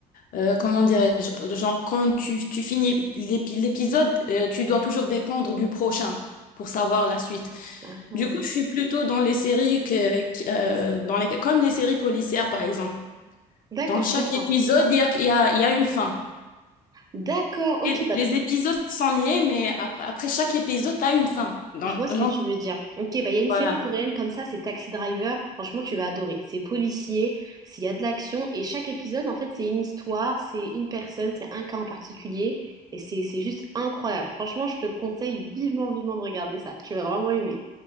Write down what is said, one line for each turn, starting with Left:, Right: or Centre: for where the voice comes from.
Left: euh, comment dirais-je, genre quand tu, tu finis l'épi- l'épisode, euh, tu dois toujours dépendre du prochain pour savoir la suite.
Right: Ah, ah.
Left: Du coup, je suis plutôt dans les séries que, qui- euh, dans les, comme les séries policières, par exemple.
Right: D'accord,
Left: Dans chaque
Right: je comprends.
Left: épisode, il y a, il y a, il y a une fin.
Right: D'accord, ok,
Left: Et
Right: bah,
Left: les épisodes sont liés, mais après, après chaque épisode, tu as une fin. Donc,
Right: Je vois ce
Left: genre,
Right: que tu veux dire. Ok, bah il y a une
Left: voilà,
Right: série coréenne comme ça, c'est Taxi Driver. Franchement, tu vas adorer. C'est policier, s'il y a de l'action, et chaque épisode, en fait, c'est une histoire, c'est une personne, c'est un cas en particulier, et c'est c'est juste incroyable. Franchement, je te conseille vivement, vivement de regarder ça. Tu vas vraiment aimer.